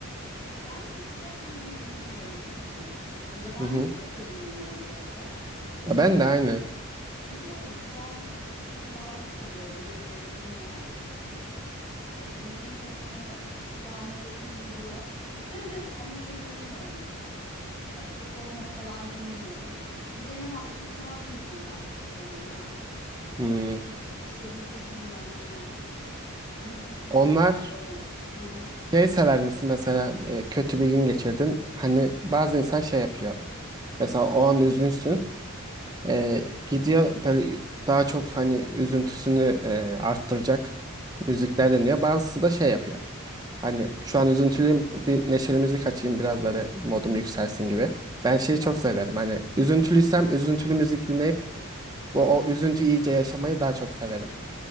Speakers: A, on the left (about 25°); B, on the right (about 15°).
A: Ha- Ben Türk pop müziği dinlemiyorum biliyor musun Can? Yabancı
B: Hı hı.
A: pop da dinlemiyorum bu arada. Ha
B: Ya
A: biliyorum,
B: Ben de aynı.
A: biliyorum kulağıma geliyor çünkü maruz kalıyorum birileri dinliyor. Ee, dinleyince hani kulağıma yakın geliyor. <clears throat> Ama şey dinlemiyorum mesela. Ee, Türk pop mop falan dinlemiyorum. Bir de ne var? Türk sanat müziği var telefonumda.
B: Hmm.
A: İşte bu Zeki Mürenler, musiki
B: Onlar
A: çok seviyorum. <laughs> Hı hı.
B: Şey sever misin mesela e, kötü bir gün geçirdin. Hani bazı insan şey yapıyor. Mesela o an üzgünsün. E, gidiyor böyle daha çok hani üzüntüsünü e, arttıracak müzikler dinliyor. Bazısı da şey yapıyor. Hani şu an üzüntülüyüm bir neşeli müzik açayım biraz böyle modum yükselsin gibi. Ben şeyi
A: Ben-
B: çok severim. Hani üzüntülüysem üzüntülü müzik dinleyip
A: Evet.
B: bu o üzüntüyü iyice yaşamayı daha çok severim.